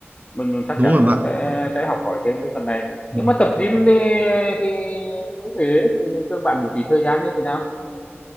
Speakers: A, on the left (about 30°); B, on the right (about 40°).
A: Mình chắc
B: đúng
A: chắn
B: rồi
A: nó
B: bạn
A: sẽ sẽ học hỏi thêm cái phần này.
B: Ừ.
A: Nhưng mà tập gym thì thì như thế thì thường bạn bố trí thời gian như thế nào?